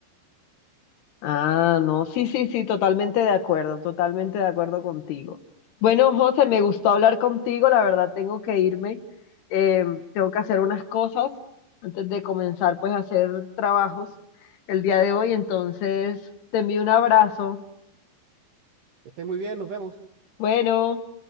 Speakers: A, on the left; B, on the right.
A: Ah, no, sí, sí, sí, totalmente de acuerdo, totalmente de acuerdo contigo. Bueno, José, me gustó hablar contigo, la verdad tengo que irme, eh, tengo que hacer unas cosas antes de comenzar pues a hacer trabajos el día de hoy, entonces te envío un abrazo.
B: Que esté muy bien, nos vemos.
A: Bueno.